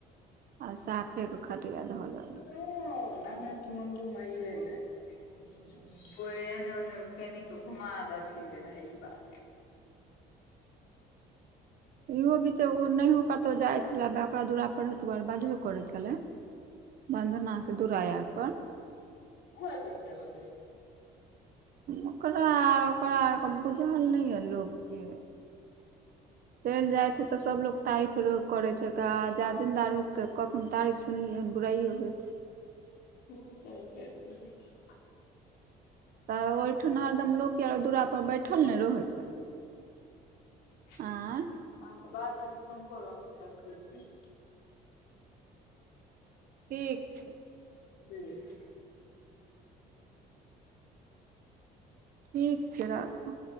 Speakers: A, on the right; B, on the left.
A: आब साफे कऽ खटिया धऽ ल
B: ओ नाना के मोन घुमैइएलै। कोई एने ओने कनिक घुमा दथी रहै इ बार।
A: इहो बीचे उ नहियो कतौ जाय छले तऽ ओकरा दुरा पर हे बाजब। करै छलै बंधना के दूरा आर पर।
B: उम्हर कथी <unintelligible>
A: ओकरा आ ओकरा अर क बुझल नै ये लोक के। चैल जाइ छै तऽ सबलोग तारीफ। फरो करै छै तऽ आ जा जिन्दा रहय छै तऽ कखनो तारीफ सुनलियै हन बुराइये होइ छै।
B: <unintelligible>
A: तऽ ओहिठाम हरदम लोक यर ओय दुरा पर बैठल ने रहै छै।
B: अहाँ
A: आँय
B: के बादमे फोन करब रखै छी।
A: ठीक छै।
B: ठिक।
A: ठीक छै राखू।